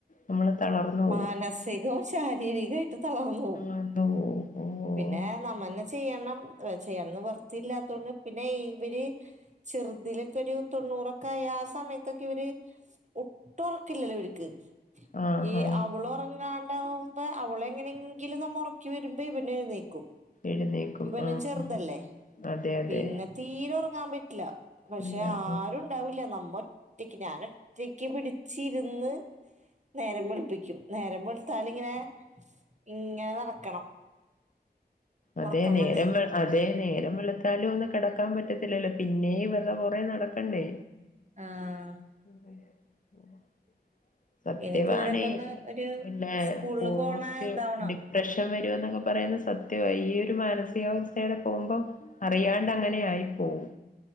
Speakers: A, on the left (about 50°); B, on the right (about 45°).
A: നമ്മള് തളർന്നു
B: മാനസികവും
A: പോവും.
B: ശാരീരികവുമായിട്ട് തളർന്നു പോവും
A: ആന്ന് പോവും. ഓഹ്
B: പിന്നെ നമ്മന്നെ ചെയ്യണം ചെയ്യണം നിവൃത്തിയില്ലാത്തൊണ്ട് പിന്നെ ഇവര് ചെറുതിലൊക്കെ ഒരു തൊണ്ണൂറൊക്കെ ആയ ആ സമയത്തൊക്കെ ഇവര് ഒട്ടും ഒറക്കമില്ലല്ലോ ഇവർക്ക്
A: ആഹ്
B: ഈ
A: ആഹ്
B: അവള് ഉറങ്ങാണ്ടാകുമ്പോ അവള് എങ്ങനെങ്കിലും ഒന്ന് ഒറക്കി വരുമ്പോ ഇവന് എഴുന്നേക്കും
A: എഴുന്നേക്കും.
B: ഇവനും
A: ആഹ്
B: ചെറുതല്ലേ
A: ആഹ് അതെ അതെ.
B: പിന്നെ തീരെ ഉറങ്ങാൻ പറ്റില്ല പക്ഷെ
A: ഇല്ല
B: ആരും
A: ആഹ്
B: ഉണ്ടാവില്ല നമ്മ ഒറ്റക്ക് ഞാൻ ഒറ്റക്ക് പിടിച്ച് ഇരുന്ന് നേരം വെളുപ്പിക്കും നേരം വെളുത്താലിങ്ങനെ ഇങ്ങനെ നടക്കണം
A: അതെ
B: ഉറക്കം
A: നേരം
B: വന്നേ
A: അതെ നേരം വെളുത്താലും ഒന്ന് കിടക്കാൻ പറ്റത്തില്ലല്ലോ പിന്നെയും ഇവരുടെ പുറകേ നടക്കണ്ടേ
B: ആഹ്.
A: <unintelligible> <unintelligible> സത്യവാണ്.
B: ഇനിയിപ്പോ ഇവരൊക്കെ ഒന്ന് ഒരു
A: പിന്നെ
B: സ്കൂളില്
A: പോസ്റ്റ്
B: പോണ ഇതാവണം
A: ഡിപ്രഷൻ വരും എന്നൊക്കെ പറയുന്നത് സത്യവാ. ഈ ഒരു മാനസികാവസ്ഥെടെ പോവുമ്പം അറിയാണ്ട് അങ്ങനെ ആയപ്പോവും.